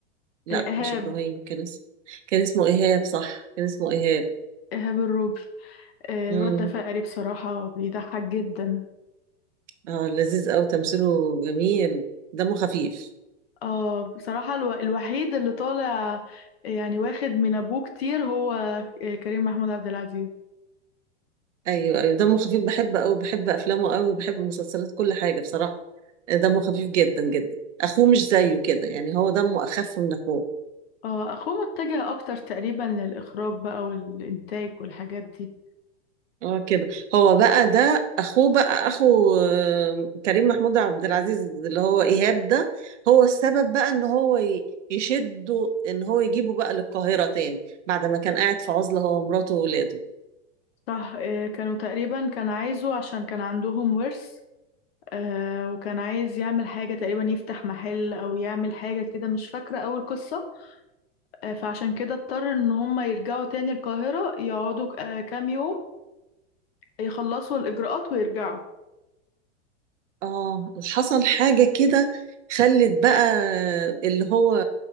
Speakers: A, on the right; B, on the left.
A: لا
B: آه، إيهاب
A: مش ابراهيم كان اسمه كان اسمه ايهاب صح كان اسمه ايهاب
B: إيهاب الروبي آه،
A: امم
B: الواد ده فقري بصراحة بيضحك جدا
A: اه لذيذ قوي تمثيله جميل دمه خفيف
B: اه بصراحة الو... الوحيد اللي طالع يعني واخد من أبوه كتير هو آه، كريم محمود عبد العزيز
A: ايوه ايوه دمه خفيف بحب قوي بحب افلامه قوي بحب مسلسلات كل حاجه بصراحه آه، دمه خفيف جدا جدا اخوه مش زيه كده يعني هو دمه اخف من اخوه
B: اه أخوه متجه أكتر تقريبا للإخراج بقى والإنتاج والحاجات دي
A: اه كده هو بقى ده اخوه بقى اخو آه، كريم محمود عبد العزيز اللي هو ايهاب ده هو السبب بقى ان هو ي- يشده ان هو يجيبه بقى للقاهره تاني بعد ما كان قاعد في عزله هو ومراته واولاده
B: صح آه، كانوا تقريبا كان عايزه عشان كان عندهم ورث آه وكان عايز يعمل حاجة تقريبا يفتح محل أو يعمل حاجة كده مش فاكرة أول قصة آه فعشان كده اضطر إن هما يرجعوا تاني القاهرة يقعدوا آه كام يوم يخلصوا الإجراءات ويرجعوا
A: اه حصل حاجة كده خلت بقى اللي هو